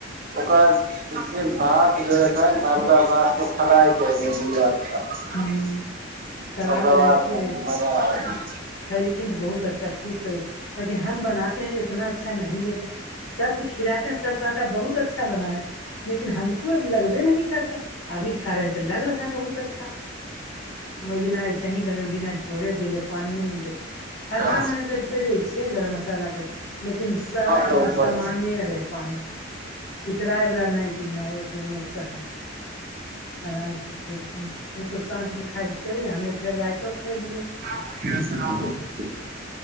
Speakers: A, on the right; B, on the left.
A: ओकरा जे छै भात जोड़े डाइल कऽ आलु के भात कऽ फराय कलीही दू आंच‌ पर।
B: ह सलाद
A: ओकर
B: रहे
A: बाद
B: अथी रहे
A: <unintelligible> मजा आबि <unintelligible>
B: खैलखिन तऽ बहुत अच्छा खुश होय, कहलखिन हम बनाते है तऽ इतना अच्छा नही लेता सब खिलाते हैं। सब कहता बहुत अच्छा बना है। लेकिन हमको लगबे नही करता, अभी खा रहेै तऽ लग रहा बहुत अच् छा, ओई दिना ऐसे हीं बनेल बिना झोड़े देले पानिये ने देऽ। हल्का
A: हँ
B: मने दे-दे दै छियै गरम मसाला त लेकिन स एकदम
A: तऽ
B: सामान्ये रहै पानी, छितराई बला नैय कि नैय एकदम अच्छा हैय। आराम से खैलखिन। ऊ तऽ साँझ देखाय के चैल गेलै हमें फेर राईतो खैलिये।
A: <unintelligible>